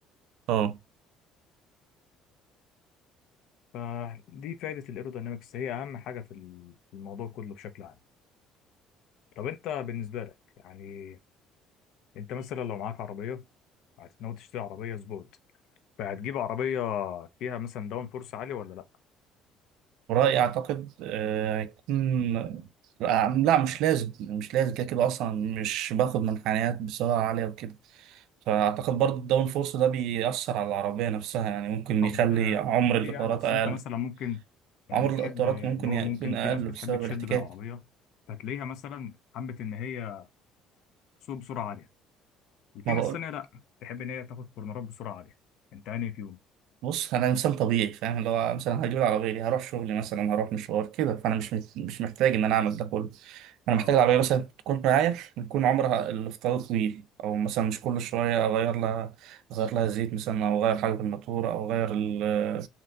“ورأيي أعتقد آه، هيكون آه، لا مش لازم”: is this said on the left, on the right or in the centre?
Right